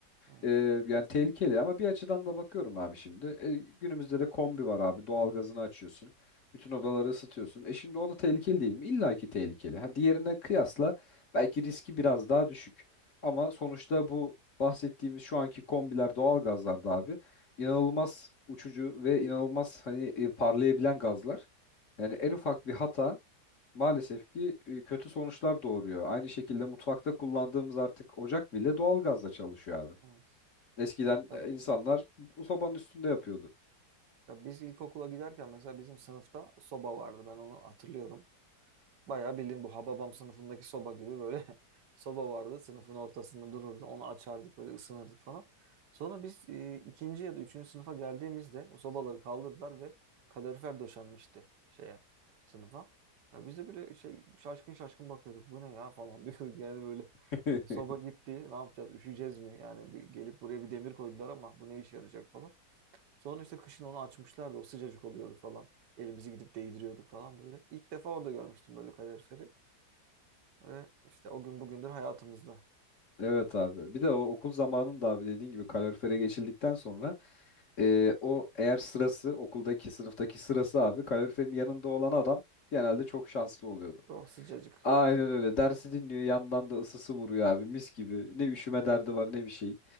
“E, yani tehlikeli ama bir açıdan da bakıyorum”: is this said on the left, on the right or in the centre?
Left